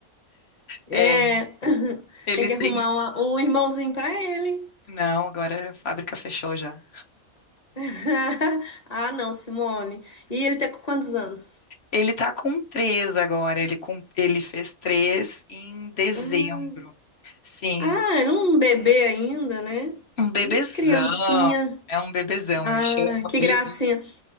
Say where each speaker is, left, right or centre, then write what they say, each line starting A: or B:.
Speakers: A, on the left; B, on the left.
A: É.
B: É,
A: <laughs>
B: ele
A: Tem que
B: tem
A: arrumar uma- um irmãozinho pra ele.
B: Não, agora a fábrica fechou já.
A: <laughs> Ah, não, Simone. E ele tem com quantos anos?
B: Ele tá com três agora. Ele, com, ele fez três em dezembro.
A: Ah.
B: Sim,
A: Ah, era um bebê ainda, né?
B: um bebezão.
A: Hum, criancinha.
B: É um bebezão.
A: Ah,
B: Eu chamo
A: que
B: ele
A: gracinha.
B: de